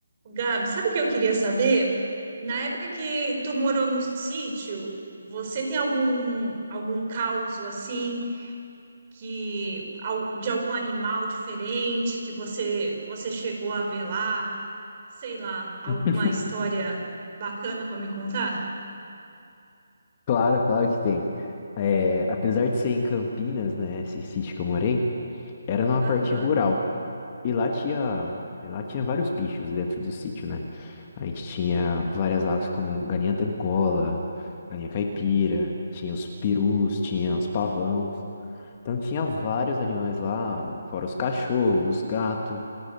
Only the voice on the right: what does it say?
Gabi, sabe o que eu queria saber? Na época que tu morou no sítio, você tem algum algum causo assim que al- de algum animal diferente que você você chegou a ver lá? Sei lá, alguma
história bacana para me contar?
Aham,